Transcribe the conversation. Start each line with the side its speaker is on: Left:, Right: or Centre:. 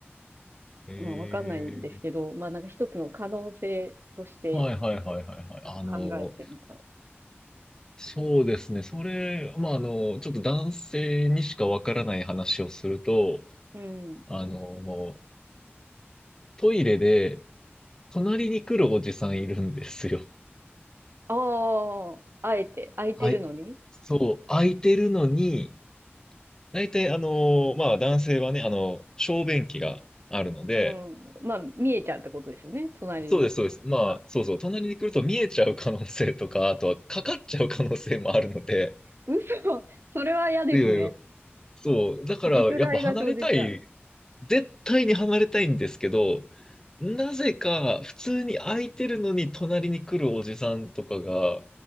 Left: ええ
Right: まあわかんないんですけど、まあなんか一つの可能性として、
Left: はいはいはいはいはい。
Right: ちょっと考えてみた。
Left: あの、そうですね。それ、まあ、あの、ちょっと男性にしかわからない話をすると、
Right: うん。
Left: あの、もうトイレで隣に来るおじさんいるんですよ。
Right: ああ、あえて、空いてるのに。
Left: はい。そう、空いてるのに、大体、あの、まあ、男性はね、あの、小便器があるので、
Right: うん。まあ見えちゃうってことですよね。隣の人とか。
Left: そうです、そうです。まあ、そうそう、隣に来ると見えちゃう可能性とか、あとはかかっちゃう可能性もあるので、
Right: 嘘 <laughs> それは嫌ですね。
Left: いやいや、そう、だから、
Right: 実害が生じちゃう。
Left: やっぱ離れたい、絶対に離れたいんですけど、なぜか、普通に空いてるのに隣に来るおじさんとかが